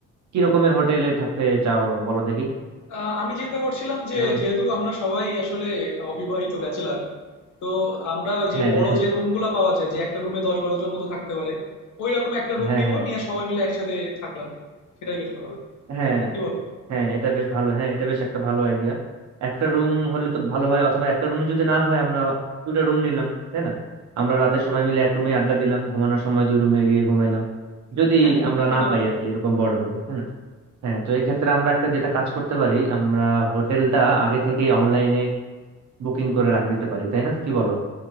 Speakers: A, on the right (about 65°); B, on the left (about 75°).
A: কি রকমের হোটেলে থাকতে চাও বলো দেখি
B: আহ, আমি চিন্তা করছিলাম যে
A: এরকম
B: যেহেতু আমরা সবাই আসলে অবিবাহিত ব্যাচেলার তো আমরা ওই যে
A: হ্যাঁ
B: বড় যে রুমগুলো পাওয়া যায় যে একটা রুমে দশ বারো জন মতো থাকতে পারে ওই রকম একটা রুম
A: হ্যাঁ
B: নিব
A: হ্যাঁ
B: নিয়ে সবাই মিলে একসাথে থাকলাম আর কি সেটাই বেশ ভালো হয়
A: হ্যাঁ
B: কি বলো
A: হ্যাঁ এটা বেশ ভালো হ্যাঁ এটা বেশ একটা ভালো আইডিয়া একটা রুম হলে তো ভালো হয় অথবা একটা রুম যদি না হয় আমরা দুটা রুম নিলাম তাই না আমরা রাতে সবাই মিলে এক রুমে আড্ডা দিলাম ঘুমানোর সময় দুই রুমে গিয়ে ঘুমাইলাম যদি
B: হ্যাঁ
A: আমরা
B: সেটাও
A: না পাই
B: করা
A: আর
B: যায়
A: কি এরকম বড় রুম তাই না হ্যাঁ তো এক্ষেত্রে আমরা একটা যেটা কাজ করতে পারি আমরা হোটেলটা আগে থেকেই অনলাইনে বুকিং করে রাখে দিতে পারি তাই না কি বলো